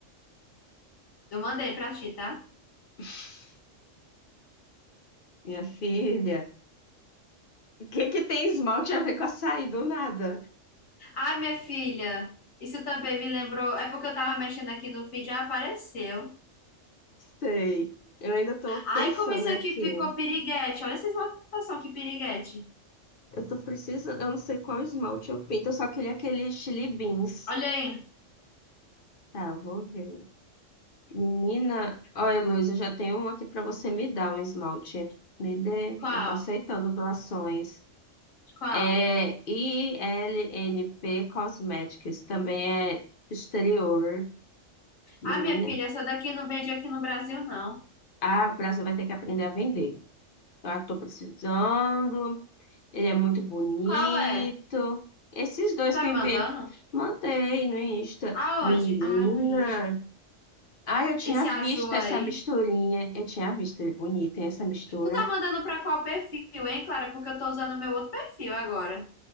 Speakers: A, on the left (about 85°); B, on the left (about 50°).
A: Eu mandei pra ti, tá?
B: <laughs> Minha filha. O que que tem esmalte a ver com açaí do nada?
A: Ai, minha filha, isso também me lembrou. É porque eu tava mexendo aqui no feed e apareceu.
B: Sei. Eu ainda tô pensando
A: Ai, como isso
B: aqui.
A: aqui ficou piriguete. Olha essa esmaltação, que piriguete.
B: Eu tô precisando, eu não sei qual esmalte eu pinto, eu só queria aquele Chili Beans.
A: Olha aí.
B: Tá, vou ver. Menina, olha, Luiz, eu já tenho um aqui pra você me dar um esmalte. Me dê,
A: Qual?
B: eu tô aceitando doações.
A: Qual?
B: É I L N P Cosmetics, também é exterior. Menina,
A: Ai, minha filha, essa daqui não vende aqui no Brasil, não.
B: ah, o Brasil vai ter que aprender a vender. Eu tô precisando. Ele é muito bonito.
A: Qual é?
B: Esses dois
A: Tu tá
B: que
A: me
B: eu enviei,
A: mandando?
B: mandei no Insta.
A: Aonde?
B: Menina.
A: Ah, no Insta.
B: Ah, eu tinha
A: Esse
B: visto
A: azul aí.
B: essa misturinha. Eu tinha visto ele bonito, hein, essa mistura.
A: Tu tá mandando pra qual perfil, hein, Clara? Porque eu tô usando o meu outro perfil agora.